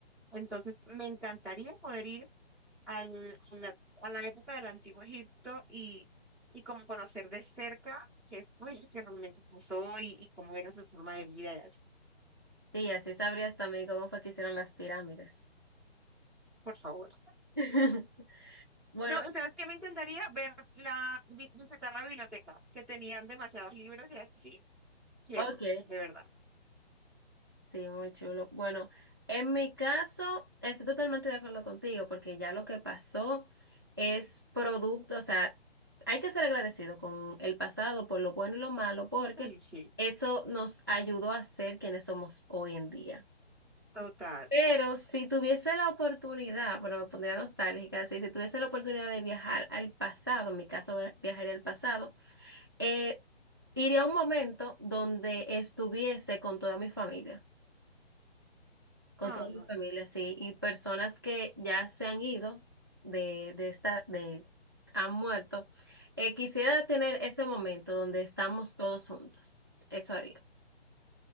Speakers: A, in the centre; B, on the right.
A: Entonces me encantaría poder ir al- a la, a la época del Antiguo Egipto y, y como conocer de cerca qué fue lo que realmente pasó y, y cómo era su forma de vida. y así.
B: Sí, así sabrías también cómo fue que hicieron las pirámides.
A: Por favor.
B: <laughs> Bueno,
A: No, ¿sabes qué? Me encantaría ver la, vi- visitar la biblioteca, que tenían demasiados libros y así. Quiero,
B: ok.
A: de verdad.
B: Sí, muy chulo. Bueno, en mi caso, estoy totalmente de acuerdo contigo porque ya lo que pasó es producto, o sea, hay que ser agradecido con el pasado por lo bueno y lo malo porque
A: Ay, sí,
B: eso nos ayudó a ser quienes somos hoy en día.
A: total.
B: Pero si tuviese la oportunidad, bueno, me pondría nostálgica, sí, si tuviese la oportunidad de viajar al pasado, en mi caso va- viajaría al pasado, eh, iría a un momento donde estuviese con toda mi familia. Con
A: Ay.
B: todas
A: no.
B: mi familias sí. Y personas que ya se han ido de, de esta, de, han muerto. Eh, quisiera tener ese momento donde estamos todos juntos. Eso haría.